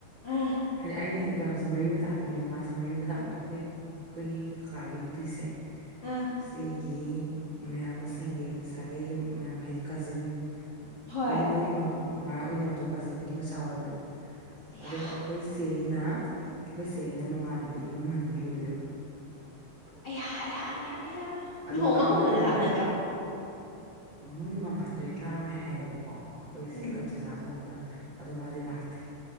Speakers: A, on the left; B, on the right.
A: ꯑꯥ
B: ꯍꯥꯏꯗꯤ ꯑꯩꯅ ꯍꯦꯛ ꯒ꯭ꯔꯥꯝꯖꯨ ꯃꯔꯤ ꯃꯇꯥꯗꯨꯝ ꯑꯣꯏꯕ ꯃꯥꯁꯦ ꯃꯔꯤ ꯃꯇꯥ ꯑꯣꯏꯅ ꯑꯈꯣꯏ ꯑꯈꯣꯏꯒꯤ ꯀꯀꯥꯒꯤ ꯅꯨꯄꯤꯁꯦ
A: ꯑꯥ
B: ꯁꯤ ꯒꯤ ꯃꯌꯥꯝꯕꯁꯤꯡꯒꯤ ꯁꯥꯒꯩꯒꯤ ꯃꯌꯥꯝꯕ ꯍꯥꯏꯗꯤ ꯀꯖꯤꯟ
A: ꯍꯣꯏ
B: ꯃꯩ ꯃꯣꯏꯒꯤ ꯃꯞ ꯃꯥꯏ ꯑꯣꯏꯅꯕꯗꯣ ꯀꯖꯤꯟꯒꯤ ꯃꯆꯥ ꯑꯣꯏꯔꯝꯗꯣꯏꯕ
A: ꯑꯌꯥ
B: ꯑꯗꯣ ꯆꯦꯒꯤꯅ ꯑꯩꯈꯣꯏ ꯆꯦꯒꯤꯅ ꯃꯃꯥꯟꯅꯕꯤꯒꯤ ꯃꯃꯥꯟꯅꯕꯤ ꯑꯣꯏꯗꯣꯏꯕ
A: ꯑꯩꯌꯥ ꯑꯩꯌꯥ ꯑꯩꯌꯥ ꯑꯩꯌꯥ
B: ꯑꯗꯨꯒ
A: ꯂꯨꯍꯣꯡꯕꯒꯨꯝꯕꯗ
B: ꯑꯃꯅ
A: ꯂꯥꯛꯅꯗ꯭ꯔꯣ
B: ꯃꯣꯏ ꯃꯃꯥꯗꯨꯗꯤ ꯂꯥꯛꯑꯝꯃꯦ ꯍꯥꯏꯌꯦꯕꯀꯣ ꯑꯩꯈꯣꯏꯁꯦ
A: ꯎꯝ
B: ꯆꯥꯛꯆꯥꯥ ꯂꯨꯍꯣꯡꯕ ꯑꯗꯨ ꯃꯥꯗꯤ ꯂꯥꯛꯇꯦ